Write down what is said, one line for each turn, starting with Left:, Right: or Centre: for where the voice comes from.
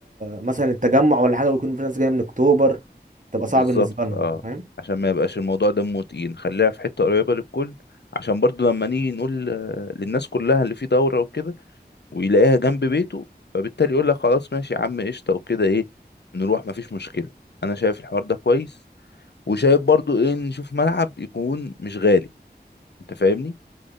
Right: مثلا التجمع ولا حاجه ويكون في ناس جايه من اكتوبر تبقى
Left: بالظبط
Right: صعب بالنسبه لهم
Left: اه
Right: انت فاهم
Left: عشان ما يبقاش الموضوع دمه تقيل خليها في حتة قريبة للكل عشان برضو لما نيجي نقول آه، للناس كلها اللي في دورة وكده ويلاقيها جنب بيته فبالتالي يقول لك خلاص ماشي يا عم قشطة وكده ايه نروح مفيش مشكلة انا شايف الحوار ده كويس وشايف برضو ايه نشوف ملعب يكون مش غالي انت فاهمني